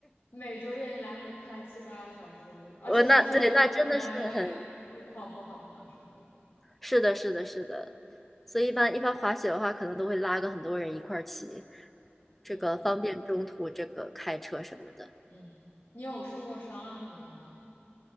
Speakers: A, on the left; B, in the centre.
A: 每周愿意来回开七八个小时，我就，而且有的时候可能还会路况不好嘛什么的，
B: 我那对，那真的是很。是的，是的，是的，所以一般一般滑雪的话，可能都会拉个很多人一块儿骑，这个方便中途这个开车什么的。
A: 嗯嗯，你有受过伤啊什么的吗？